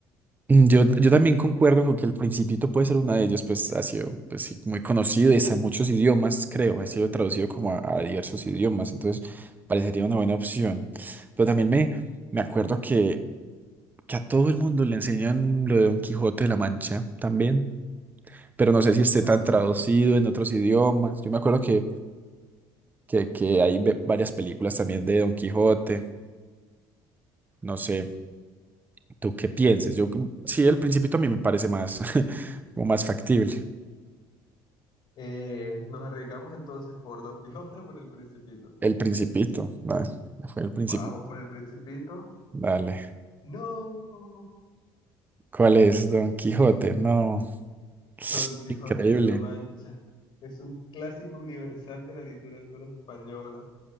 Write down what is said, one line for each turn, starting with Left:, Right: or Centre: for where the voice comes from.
Right: Mm, Yo, yo también concuerdo con que El Principito puede ser una de ellas, pues ha sido pues, sí, muy conocido y está en muchos idiomas, creo. Ha sido traducido como a, a diversos idiomas, entonces parecería una buena opción. Pero también me, me acuerdo que, que a todo el mundo le enseñan lo de Don Quijote de la Mancha también, pero no sé si
Left: ¿Cierto?
Right: esté tan traducido en otros idiomas. Yo me acuerdo que, que, que hay ve- varias películas también de Don Quijote. No sé, ¿tú qué pienses? Yo, c- sí, El Principito a mí me parece más, <laughs> como más factible.
Left: Eh, nos arriesgamos entonces por Don Quijote o por El Principito.
Right: El Principito, ah, fue El Principito.
Left: Vamos por El Principito.
Right: Dale.
Left: No,
Right: ¿Cuál es Don Quijote? No, <sniffs>
Left: Don Quijote
Right: increíble.
Left: de la Mancha. Es un clásico universal de la literatura española.